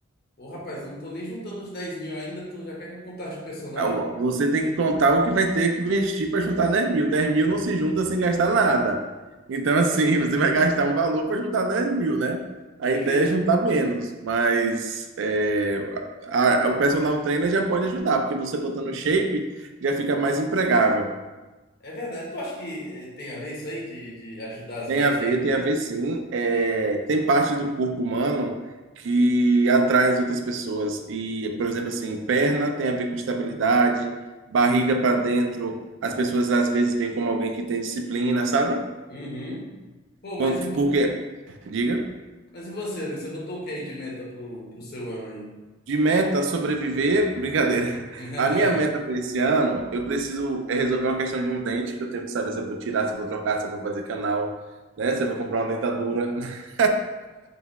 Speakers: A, on the left; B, on the right.
A: Pô, rapaz, eu não tô nem juntando os dez mil ainda, tu já quer que eu contar de personal?
B: Ah, Você tem que contar o que vai ter que investir para juntar dez mil. Dez mil não se junta sem gastar nada. Então, assim, <laughs> você vai gastar um valor para juntar dez mil, né? A
A: É
B: ideia
A: em ver.
B: é juntar menos, mas é, a- a- o personal trainer já pode ajudar, porque você botando shape já fica mais empregável.
A: É verdade, tu acha que eh, tem a ver isso aí de, de ajudar as
B: Tem
A: metas
B: a ver,
A: aí? o que
B: tem a ver sim. É,
A: Tem, né?
B: tem parte do corpo humano que atrai as outras pessoas. E, por exemplo, assim, perna tem a ver com estabilidade, barriga para dentro, as pessoas às vezes veem como alguém que tem disciplina, sabe?
A: Uhum. Pô, mas
B: Quanto-
A: e, vo-
B: Porque, diga,
A: mas e você, amigo? Você botou o que aí de meta pro, pro seu ano aí?
B: de meta sobreviver, <laughs> brincadeira.
A: <laughs>
B: A minha meta para esse ano, eu preciso é resolver uma questão de um dente, que eu tenho que saber se eu vou tirar, se eu vou trocar, se eu vou fazer canal, né? Se eu vou comprar uma dentadura. <laughs>